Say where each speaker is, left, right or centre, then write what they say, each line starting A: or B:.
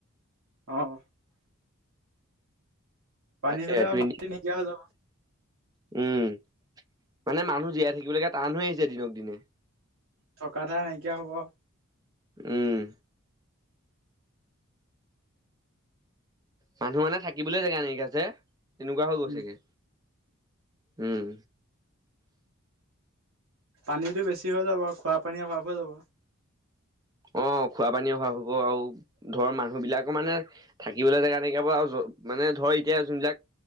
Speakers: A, on the right; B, on the right.
A: অ, ' পানী
B: তাকে
A: হ'লে
B: টটি
A: আৰু মাটি নাইকিয়া হৈ যাব
B: উম, ' মানে মানুহ জীয়াই থাকিব লাগে টান হৈ আহিছে দিনক দিনে
A: থকা ধাই নাইকিয়া হ'ব আৰু
B: উম মানুহ মানে থাকিবলৈ জেগা নাইিকা যে এনেকুৱা হৈ গৈছেগে
A: উম,
B: উম',
A: পানীতটো বেছি হৈ যাব, খোৱা পানী অভাৱ হৈ যাব।
B: অ' খোৱা পানী অভাৱ হ'ব আৰু ধৰ মানুহ বিলাকৰ মানে থাকিবলৈ জাগা নাইকিয়া আৰু মানে ধৰ এতিয়া যোনবিলাক